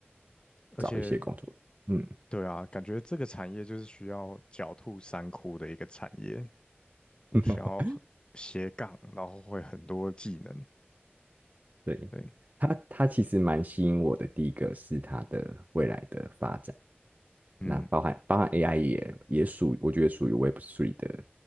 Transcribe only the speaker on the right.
找一些工作。嗯，
<laughs>
对，
他，他其实蛮吸引我的。第一个是他的未来的发展，
那包含包含 AI 也也属，我觉得属于 Web Three 的